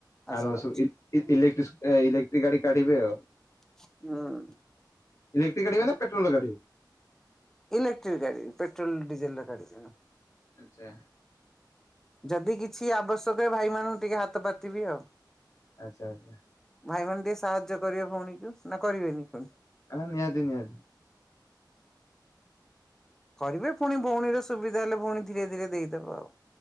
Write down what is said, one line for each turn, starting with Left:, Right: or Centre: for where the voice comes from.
Centre: ଆଶା
Left: ଆର ବର୍ଷକୁ
Centre: କରୁଛି
Left: ଇ ଇଲେ ସୁ ଇଲେକ୍ଟ୍ରିକ ଗାଡି କାଢିବେ ଆଉ।
Centre: ହୁଁ।
Left: ଇଲେକ୍ଟି କାଢ଼ିବେ ନା ପେଟ୍ରୋଲ କାଢ଼ିବେ?
Centre: ଇଲେକ୍ଟ୍ରିକ୍ ଗାଡିବି ପେଟ୍ରୋଲ ଡିଜେଲ ରେ ଗାଡିବିନି।
Left: ଆଚ୍ଛା।
Centre: ଯଦି କିଛି ଆବଶ୍ୟକ ଏ ଭାଇ ମାନଙ୍କୁ ଟିକେ ହାତ ପାତିିବି ଆଉ।
Left: ଆଚ୍ଛା ଆଚ୍ଛା।
Centre: ଭାଇମାନୋନ ଟିକେ ସାହାଯ୍ୟ କରିବେ ଭଉଣୀକୁ ନା କରିବେନି ପୁଣି
Left: ହଁ ନିହାଦି ନିହାଦି।
Centre: କରିବେ ପୁଣି ଭଉଣୀର ସୁବିଧା ହେଲେ ଭଉଣୀ ଧୀରେ ଧୀରେ ଦେଇଦବ ଆଉ।